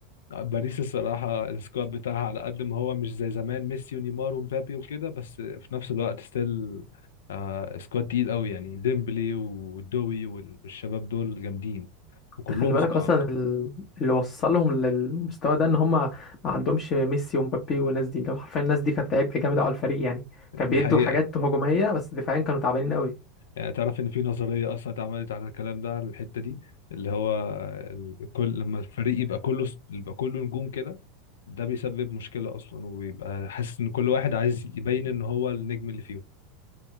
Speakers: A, on the left; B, on the left.
A: آه، باريس الصراحة السكواد بتاعها على قد ما هو مش زي زمان ميسي ونيمار ومبابي وكده بس في نفس الوقت ستيل آه سكواد تقيل قوي يعني ديمبلي ودوي والشباب دول جامدين وكلهم
B: انت خلي بالك
A: صعاد
B: اصلا ال- اللي وصلهم للمستوى ده ان هم ما عندهمش ميسي ومبابي والناس دي لو حرفيا الناس دي كانت عبء جامد أوي على الفريق يعني
A: دي
B: كان بيدوا
A: حقيقة
B: حاجات هجوميه بس دفاعيا كانوا تعبانين قوي
A: يعني تعرف ان في نظريه اصلا اتعملت على الكلام ده على الحته دي اللي هو ال- كل لما الفريق يبقى كله س- يبقى كله نجوم كده ده بيسبب مشكله اصلا وبيبقى حاسس ان كل واحد عايز يبين ان هو النجم اللي فيهم